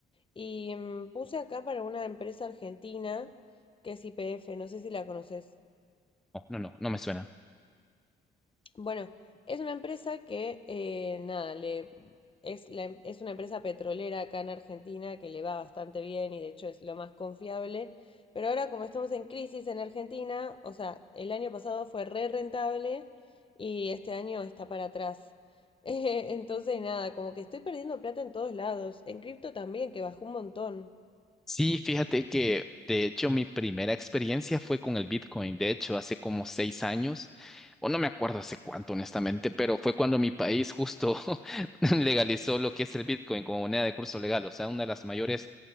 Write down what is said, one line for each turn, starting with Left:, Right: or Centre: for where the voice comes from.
Left: Y mm, puse acá para una empresa argentina que es IPF, no sé si la conoces.
Centre: No, no, no, no me suena.
Left: Bueno, es una empresa que, eh, nada, le, es, la em- es una empresa petrolera acá en Argentina que le va bastante bien y de hecho es lo más confiable. Pero ahora como estamos en crisis en Argentina, o sea, el año pasado fue re rentable y este año está para atrás. <laughs> Eh, entonces, nada, como que estoy perdiendo plata en todos lados. En cripto también, que bajó un montón.
Centre: Sí, fíjate que de hecho mi primera experiencia fue con el Bitcoin. De hecho, hace como seis años, o no me acuerdo hace cuánto, honestamente, pero fue cuando mi país justo <laughs> legalizó lo que es el Bitcoin como moneda de curso legal. O sea, una de las mayores